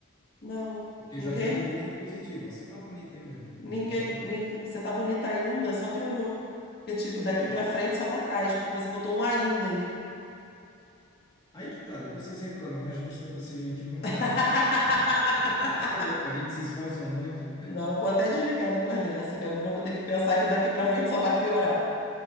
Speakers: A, on the left; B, on the left.
A: Não,
B: Porque
A: ninguém,
B: já tenho uma opinião positiva. Você tá bonita ainda, Nina, não,
A: ninguém,
B: não se preocupe.
A: ninguém, você tá bonita ainda, só piorou. Porque, tipo,
B: Por
A: daqui
B: quê?
A: pra frente, só pra trás, porque você botou um ainda aí.
B: Aí que tá, depois vocês reclamam, né? A gente tenta ser gentil, não tá
A: <laughs>
B: bom? <laughs> Tô louco, a gente se esforça um monte. <laughs>
A: Não, vou até desligar depois dessa, que agora eu vou ter que pensar que daqui pra frente só vai piorar.